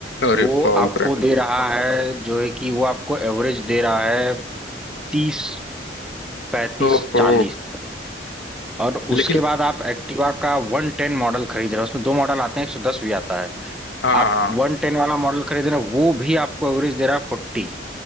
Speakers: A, on the left (about 70°); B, in the centre.
A: अरे
B: वो
A: बाप
B: आपको
A: रे
B: दे रहा है जो है कि वो आपको एवरेज दे रहा है तीस पैंतीस
A: ओहो
B: चालीस और
A: लेकिन
B: उसके बाद आप एक्टिवा का वन टेन मॉडल खरीद रहे हो उसमें दो मॉडल आते हैं एक सौ दस भी आता है
A: हाँ
B: आप
A: हाँ
B: वन टेन वाला मॉडल खरीद रहे हो वो भी आपको एवरेज दे रहा है फोर्टी